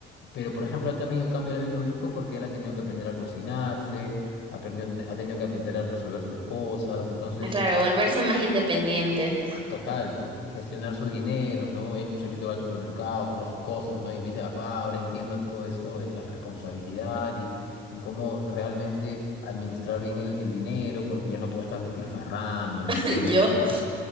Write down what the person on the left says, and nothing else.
Pero, por ejemplo, a él también el cambio le ha venido brusco porque él ha tenido que aprender a cocinarse, ha, aprendido- ha tenido que aprender a resolver sus cosas. Entonces,
Total, gestionar su dinero, ¿no? Él solito va al supermercado, compra sus cosas, ¿no? Y me dice, papá, ahora entiendo todo esto de la responsabilidad y, y cómo realmente administrar bien el, el dinero, porque ya no puedo estar despilfarrando, ¿no?
Y todo esto,
¿no?